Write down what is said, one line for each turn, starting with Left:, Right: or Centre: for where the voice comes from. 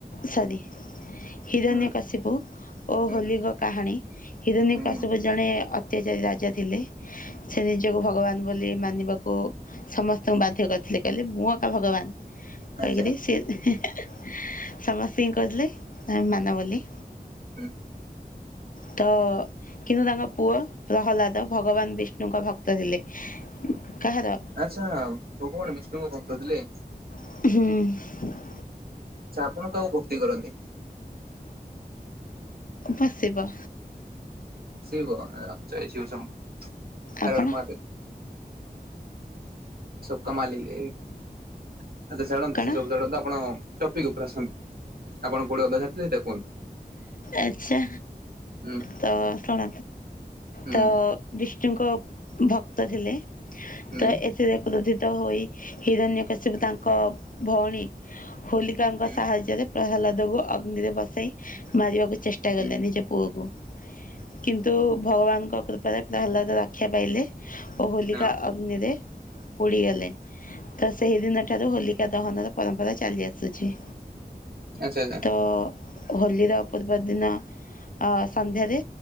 Left: ସରି! ହିରଣ୍ୟ
Right: ହୁଁ
Left: କାଶ୍ୟପୁ ଓ
Right: ହୁଁ
Left: ହୋଲିକକ୍ କାହାଣୀ, ହିରଣ୍ୟ
Right: ହୁଁ
Left: କଶ୍ୟପ
Right: ହୁଁ
Left: ଜଣେ ଅତ୍ୟାଚାରୀ ରାଜା ଥିଲେ। ସେ ନିଜକୁ ଭଗବାନ ବୋଲି ମାନିବାକୁ ସମସ୍ତଙ୍କୁ ବାଧ୍ୟ କରିଥିଲେ। କହିଲେ ମୁଁ ଏକା ଭଗବାନ କହିକରି
Right: ଆଚ୍ଛା
Left: ସିଏ ସମସ୍ତିଙ୍କି, କହୁଥିଲେ ତମେ ମାନ ବୋଲି।
Right: ହୁଁ।
Left: ତ-ଅ କିନ୍ତୁ, ତାଙ୍କ ପୁଅ ପ୍ରହ୍ଲାଦ ଭଗବାନ ବିଷ୍ଣୁଙ୍କ ଭକ୍ତ ଥିଲେ। କାହାର
Right: ଆଛା, ଭଗବାନ ବିଷ୍ଣୁଙ୍କ ଭକ୍ତ ଥିଲେ।
Left: ହୁଁ।
Right: ଚା ଆପଣ କାହାକୁ ଭକ୍ତି କରନ୍ତି?
Left: ବାସିବ।
Right: <inaudible>
Left: ଆପଣ
Right: ସବକା ମାଲିକ ଏକ ଆଛା ସେସବୁ
Left: କଣ
Right: ସବୁ ଛାଡନ୍ତୁ ଆପଣ? ଟପିକ ଉପରେ ଆସନ୍ତୁ। ଆପଣ କୋଉଠି ଅଧା ଛାଡ଼ିଥିଲେ ସେଇଟା କୁହନ୍ତୁ।
Left: ଆଚ୍ଛା।
Right: ହୁଁ
Left: ତ ଶୁଣ
Right: ହୁଁ
Left: ତ ବିଷ୍ଣୁଙ୍କ ଭକ୍ତ ଥିଲେ।
Right: ହୁଁ
Left: ତ ଏ ଏଥିରେ କ୍ରୋଧିତ ହୋଇ ହିରଣ୍ୟକଶିପ୍ୟୁ ତାଙ୍କ ଭଉଣୀ ହୋଲି ତାଙ୍କ
Right: ହୁଁ
Left: ସାହାଯ୍ୟରେ ପ୍ରହ୍ଲାଦକୁ ଅଗ୍ନିରେ ବସାଇ ମାରିବାକୁ ଚେଷ୍ଟା
Right: ହୁଁ
Left: କଲେ ନିଜ ପୁ ପୁଅକୁ କିନ୍ତୁ ଭଗବାନଙ୍କ କୃପାରେ ପ୍ରହ୍ଲାଦ
Right: ହୁଁ
Left: ରକ୍ଷା ପାଇଲେ। ଓ ହୋଲିକା
Right: ହଁ
Left: ଅଗ୍ନିରେ ପୋଡ଼ିଗଲେ। ତ ସେହିଦିନ ଠାରୁ ହୋଲିକା ଦହନର ପରମ୍ପରା ଚାଲି ଆସୁଛି।
Right: ଆଛା ଆଛା।
Left: ଓ ହୋଲିର ପୂର୍ବ ଦିନ ଅ ସନ୍ଧ୍ୟାରେ